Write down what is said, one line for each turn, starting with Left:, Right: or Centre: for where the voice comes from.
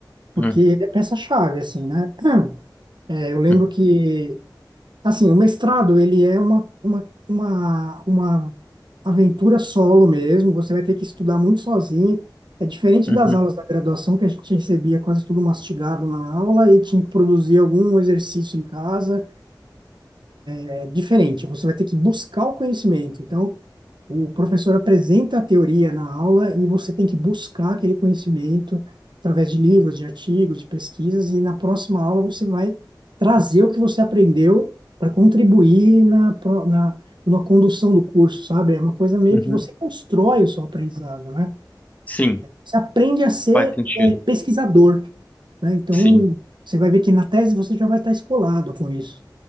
Right: porque
Left: uhum,
Right: ele é peça-chave, assim, né? <clears throat> É, eu lembro
Left: uhum,
Right: que Assim, o mestrado, ele é uma, uma, uma, uma aventura solo mesmo, você vai ter que estudar muito sozinho. É diferente
Left: uhum,
Right: das aulas da graduação, que a gente recebia quase tudo mastigado na aula e tinha que produzir algum exercício em casa. É diferente, você vai ter que buscar o conhecimento. Então, o professor apresenta a teoria na aula e você tem que buscar aquele conhecimento através de livros, de artigos, de pesquisas, e na próxima aula você vai trazer o que você aprendeu para contribuir na, pro- na, na condução do curso, sabe? É uma coisa meio
Left: uhum.
Right: que você constrói o seu aprendizado, né?
Left: Sim,
Right: Você aprende a ser,
Left: faz sentido.
Right: eh, pesquisador, né? Então,
Left: Sim.
Right: você vai ver que na tese você já vai estar escolado com isso.